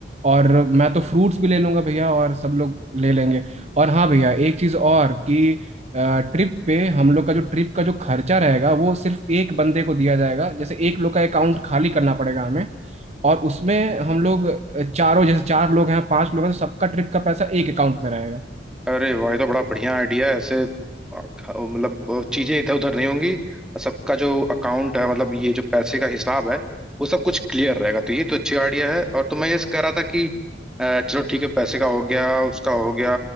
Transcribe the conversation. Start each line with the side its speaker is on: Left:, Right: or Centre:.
Right: और मैं तो फ्रूट्स भी ले लूंगा भैया और सब लोग ले लेंगे और हाँ भैया एक चीज़ और कि ट्रिप पे हम लोग का जो ट्रिप का जो खर्चा रहेगा वो सिर्फ एक बंदे को दिया जाएगा जैसे एक लोग का अकाउंट खाली करना पड़ेगा हमें और उसमें हम लोग अ, चारों जैसे चार लोग हैं पांच लोग हैं तो सबका ट्रिप का पैसा एक अकाउंट में रहेगा
Centre: अरे वाह ये तो बड़ा बढ़िया आइडिया है ऐसे अ, ख- मतलब अ, चीजें इधर उधर नहीं होंगी सबका जो अकाउंट है मतलब ये जो पैसे का हिसाब है वो सब कुछ क्लियर रहेगा तो ये तो अच्छी आइडिया है और तो मैं ये कह रहा था कि अ, चलो ठीक है पैसे का हो गया उसका हो गया